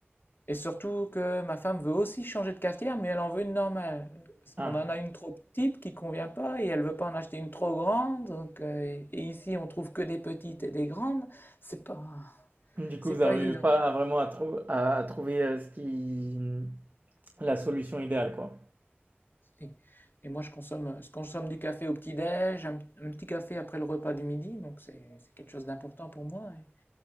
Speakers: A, on the left; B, on the right.
A: Et surtout que ma femme veut aussi changer de cafetière, mais elle en veut une normale. Parce qu'on
B: Ah.
A: en a une trop petite qui convient pas et elle veut pas en acheter une trop grande. Donc, euh, et ici, on trouve que des petites et des grandes. C'est pas,
B: Du
A: c'est
B: coup, vous n'arrivez
A: pas évident.
B: pas à vraiment à, trou- à- à trouver euh, ce qui la solution idéale, quoi.
A: Et, et moi, je consomme, euh, je consomme du café au petit-déj, un, un petit café après le repas du midi. Donc, c'est, c'est quelque chose d'important pour moi. Et